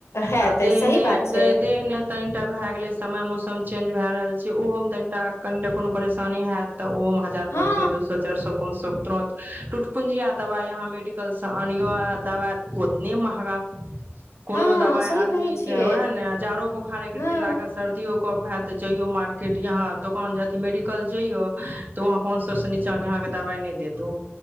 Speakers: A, on the left; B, on the right.
A: है
B: अदे।
A: तऽ सही बात छै
B: तनिटा भय गेले समय मौसम चेंज भय रहल छै ओहो मे तनिटा कनिटा कोनो परेशानी हयत। तऽ ओहोमे हजार पाँंच
A: हँ
B: सए दू सए चारि सए पाँंच सए। त टुटपुंजिया दवाई यहाँ मेडिकल से। आ आनियो आ दवा ओतने महगा कोनो
A: हँ
B: दवाय
A: सही
B: आदमी
A: कहै छियै
B: के ओहाए ने जारो बोखार एक रति
A: हँ
B: लागे, सर्दियो कफ हाएत ते जैयौ मार्केट या दोकान जथी मेडिकल जैयौ त वहाँ पान सौ से नीचा के अहाँ के दवाय नै देत ओ।